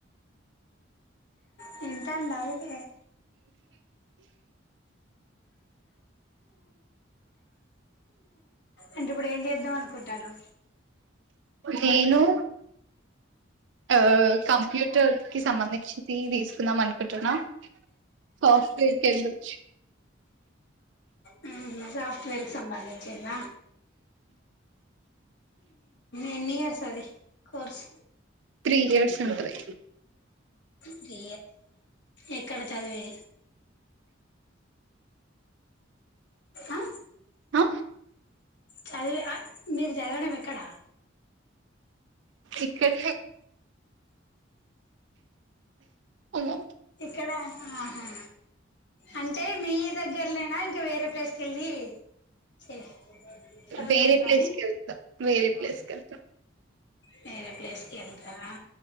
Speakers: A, on the left (about 60°); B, on the right (about 65°).
A: చింతా నయి ర అంటె ఇప్పుడు ఏం ఇద్దం అనుకుంటాడు
B: నేను ఆ కంప్యూటర్ కి సంబంధించి తీసుకుందాం అనుకుంటున్నా సాఫ్ట్వేర్ కి వెళ్ళొచ్చు
A: హ్మ్ సాఫట్వేర్ కి సంబంధించింద ఎన్ని ఇయర్స్ అది కోర్స్
B: త్రీ ఇయర్స్ ఉంటది
A: త్రీ ఎక్కడ చదివేది ఆ
B: ఆ
A: చదివి ఆ మీరు చదవడం ఎక్కడ
B: ఇక్కడ అమ్మో
A: ఇక్కడ ఆహా అంటే మీ దగ్గర నా ఇంకా వేరే ప్లేస్ కి వెళ్ళి ఏ చదకుంట
B: వేరే ప్లేస్
A: అని
B: కి వెళ్తా వేరే ప్లేస్ కి వెళ్తా
A: వేరే ప్లేస్కి వెళ్తారా